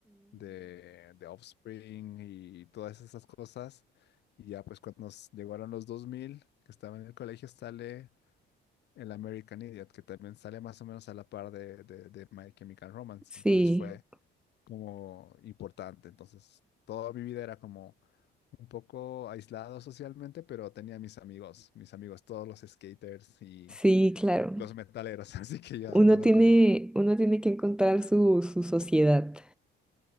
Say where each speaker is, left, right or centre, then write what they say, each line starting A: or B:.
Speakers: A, on the left; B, in the centre.
A: de, de Offspring y todas esas cosas. Y ya pues cuando nos llegaron los 2000, que estaba en el colegio, sale el American Idiot, que también sale más o menos a la par de, de, de My Chemical Romance.
B: sí,
A: Entonces fue como importante. Entonces toda mi vida era como un poco aislado socialmente, pero tenía mis amigos, mis amigos, todos los skaters y
B: sí, claro.
A: los metaleros, <laughs> así que yo
B: Uno
A: andaba
B: tiene,
A: con ellos.
B: uno tiene que encontrar su, su sociedad.